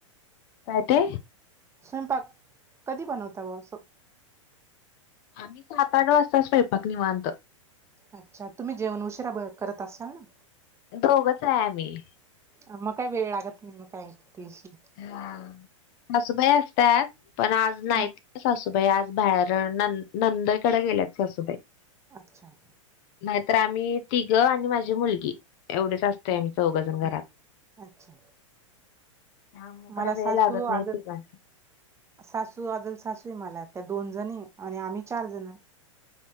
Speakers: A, on the left; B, on the right.
A: काय ते?
B: स्वयंपाक कधी बनवता बुवा अस.
A: आम्ही सात आठ वाजता स्वयंपाक निवांत.
B: अच्छा तुम्ही जेवण उशिरा ब करत असाल ना?
A: दोघच आहे आम्ही.
B: आ मग काय वेळ लागत नाही म काय टेस्ट
A: हा सासूबाई असत्यात पण आज नाही.
B: ह
A: सास- बाई आज बाहेर नं नंदईकडे गेल्यात सासूबाई.
B: अच्छा.
A: नाहीतर आम्ही तिघं आणि माझी मुलगी एवढेच अस-
B: हम्म
A: ते आम्ही चौघजण घरात.
B: हम्म अच्छा.
A: हा मग काय
B: मला
A: वेळ
B: सासू
A: लागत नाही
B: आजल
A: तिघांना.
B: सासू, आजल सासू आहे मला, त्या दोन जण आणि आम्ही चार जण.